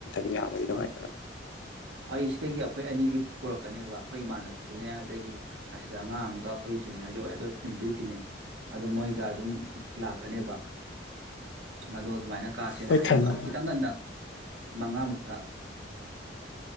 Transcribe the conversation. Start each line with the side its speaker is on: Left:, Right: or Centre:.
Left: ꯌꯥꯝꯃꯗꯤ ꯅꯨꯡꯉꯥꯏꯇꯅꯀꯣ
Right: ꯑꯥ ꯑꯩ ꯁꯤꯗꯒꯤ ꯑꯩꯈꯣꯏ ꯑꯅꯤꯗꯤ ꯄꯨꯔꯛꯀꯅꯦꯕ ꯑꯩꯈꯣꯏ ꯏꯃꯥꯟꯅꯕ ꯑꯗꯨꯅꯦ ꯑꯗꯒꯤ ꯑꯁꯤꯗ ꯑꯉꯥꯡ ꯑꯃꯒ ꯑꯩꯈꯣꯏ ꯖꯨꯅꯤꯌꯔꯗꯤ ꯑꯣꯏ ꯑꯗꯣ ꯇꯤꯟꯕꯨꯗꯤ ꯇꯤꯟꯅꯩ ꯑꯗꯣ ꯃꯣꯏꯒ ꯑꯗꯨꯝ ꯂꯥꯛꯀꯅꯦꯕ ꯑꯗꯣ ꯑꯗꯨꯃꯥꯏꯅ ꯀꯥꯁꯦꯅ
Left: ꯍꯣꯏ
Right: ꯍꯥꯏꯅꯕ
Left: ꯊꯝꯃꯣ
Right: ꯑꯗꯨ ꯈꯤꯇꯪ ꯉꯟꯅ ꯃꯉꯥꯃꯨꯛ